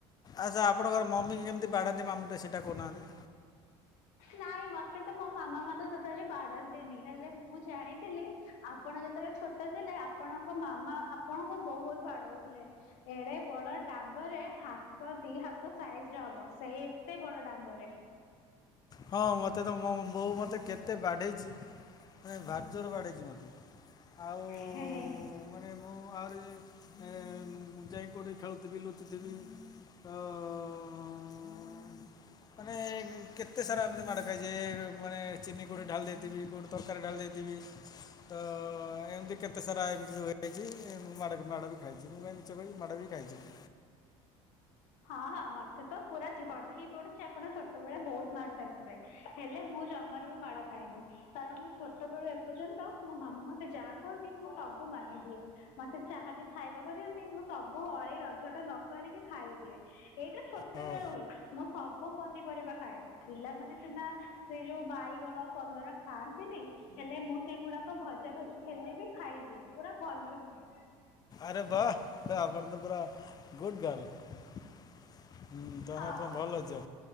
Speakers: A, on the left; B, on the left.
A: ଆଛା ଆପଣଙ୍କର ମମି କେମିତି ବାଡ଼ାନ୍ତି ଆମକୁ ସେଇଟା କହୁନାହାନ୍ତି।
B: ନାଇଁ ମତେ ତ ମୋ ମାମା ମତେ ଟୋଟାଲି ବାଡାନ୍ତିନି ହେଲେ ମୁଁ ଜାଣିଥିଲି ଆପଣ ଯେତେବେଳେ ଛୋଟ ଥିଲେ ଆପଣଙ୍କ ମାମା ଆପଣଙ୍କୁ ବୋହୁତ୍ ବାଡୋଉଥିଲେ। ଏଡେ ବଡ ଡାଙ୍ଗରେ ହାତ ଦି ହାତ ସାଇଜ୍ ରେ ହବ ସେ ଏତେ ବଡ ଡାଙ୍ଗରେ।
A: ହଁ ମତେ ତ ମୋ ବୋଉ ମତେ କେତେ ବାଡେଇଚି। ନାଇଁ ଭାରି ଜୋର୍ର ବାଡ଼େଇଚି ମତେ ଆଉ
B: ହେ ହେ।
A: ମାନେ ମୁଁ ଆହୁରି ଯାଇଁ ଏଁ ଯାଇଁକି କୋଉଠି ଖେଳୁଥିବି ଲୁଚୁଥିବି। ଓ---ମାନେ କେ ଏତେ ସାରା ଏମିତି ମାଡ଼ ଖାଇଚି ଉଁ ମାନେ ଚିନି କୋଉଠି ଢାଳି ଦେଇଥିବି କୋଉଠି ତର୍କାରୀ ଢାଳି ଦେଇଥିବି। ତ ଏମିତି କେତେ ସାରା ଏମିତି ସବୁ ହେଇଚି ମୁଁ ମାଡ ଖା ମାଡ ବି ଖାଇଚି ମୁଁ କାଇଁ ମି ଛ କହିବି ମାଡ଼ା ବି କାଇଚି ମୁଁ।
B: ହଁ ହଁ ମତେ ତ ପୁରା ଜଣା ହିଁ ପଡୁଛି ଆପଣ ଛୋଟବେଳେ ବୋହୁତ୍ ମାଡ ଖାଇଥିବେ ହେଲେ ମୁଁ ଜମାରୁ ବି ମାଡ ଖାଇନି। କାରଣ ମୋ ଛୋଟବେଳୁ ଏପର୍ଯ୍ୟନ୍ତ ମୋ ମାମା ମତେ ଯାଆ କୁଅନ୍ତି ମୁଁ ସବୁ ମାନିଦିଏ। ମତେ ଚାହା ବି ଖାଇବାକୁ ଦିଅନ୍ତି ମୁଁ ସବୁ ଅଳି ଅଝଟ ନ କରିକି ଖାଇ ଏଇଟା ଛୋଟ
A: ହଁ
B: ବେଳୁ ହୋଇଛି ମୁଁ ସବୁ ପନିପରିବା ଖାଏ ପିଲାମାନେ ସିନା ସେଇ ଯୋଉ ବାଇଗଣ କଲରା ଖାଆନ୍ତିନେଇଁ। ହେଲେ ମୁଁ ସେଗୁଡାକ ଭଜା ଭଜି ହେଲେ ବି ଖାଇଦିଏ ପୁରା ଭଲକି।
A: ଆରେ ବାଃ ତ ଆପଣ ତ ପୁରା ଗୁଡ୍ ଗାର୍ଲ। ହୁଁ ତାହାନେ
B: ହଁ
A: ଆପଣ ଭଲ ଝିଅ